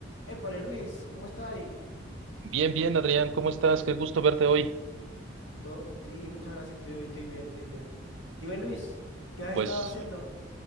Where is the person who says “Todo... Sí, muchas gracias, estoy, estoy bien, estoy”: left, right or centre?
Left